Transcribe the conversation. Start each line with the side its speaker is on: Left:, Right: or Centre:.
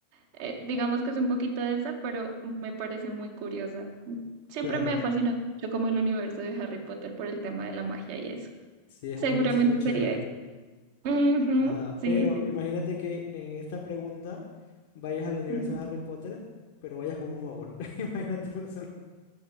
Right: eh, digamos que es un poquito densa, pero me parece muy curiosa. Siempre
Left: Claro,
Right: me ha fascinado mucho como el universo de Harry Potter por el tema de la magia y eso.
Left: Sí, es
Right: Seguramente
Left: un universo muy chévere.
Right: sería eso. Ujú,
Left: Ajá,
Right: sí,
Left: pero
Right: sí.
Left: imagínate
Right: sí,
Left: que en esta pregunta vayas al universo
Right: ujú.
Left: de Harry Potter, pero vayas como un mogul. <laughs> Imagínate la solución.